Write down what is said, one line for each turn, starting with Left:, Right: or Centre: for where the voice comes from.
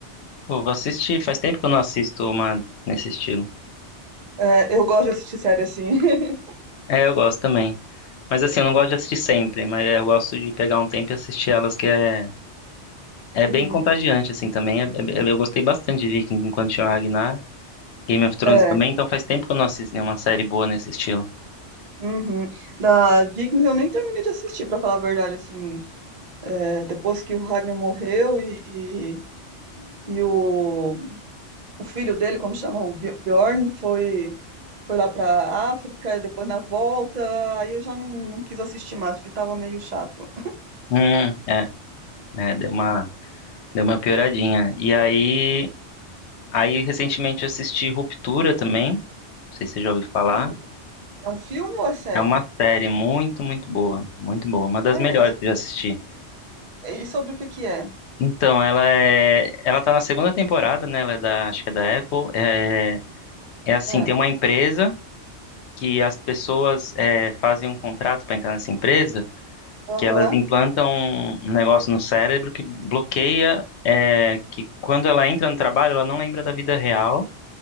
Left: Pô, vou assistir. Faz tempo que eu não assisto uma nesse estilo.
Right: É, eu gosto de assistir série assim. <laughs>
Left: É, eu gosto também. Mas assim,
Right: É,
Left: eu não gosto de assistir sempre, mas eu gosto de pegar um tempo e assistir elas, que é, é bem
Right: Uhum.
Left: contagiante, assim, também. É- é- eu gostei bastante de Vikings enquanto tinha o Ragnar. Game of Thrones
Right: É.
Left: também, então faz tempo que eu não assisto nenhuma série boa nesse estilo.
Right: Uhum. Da Vikings eu nem terminei de assistir, pra falar a verdade, assim, É, depois que o Ragnar morreu e, e, e o, o filho dele, como chama, o Bj- Bjorn, foi, foi lá pra África e depois na volta, aí eu já não, não quis assistir mais, porque tava meio chato.
Left: Hum, é, né, deu uma, deu uma pioradinha. E aí, aí recentemente eu assisti Ruptura também, não sei se você já ouviu falar.
Right: Uhum. É um filme ou é série?
Left: É uma série muito, muito boa, muito boa, uma das
Right: É,
Left: melhores
Right: é-
Left: que eu já assisti.
Right: é, e sobre o que que é?
Left: Então, ela é, ela tá na segunda temporada, né? Ela é da, acho que é da Apple. É, é assim,
Right: É.
Left: tem uma empresa que as pessoas é, fazem um contrato para entrar nessa empresa, que
Right: Aham.
Left: elas implantam um negócio no cérebro que bloqueia, é, que quando ela entra no trabalho, ela não lembra da vida real.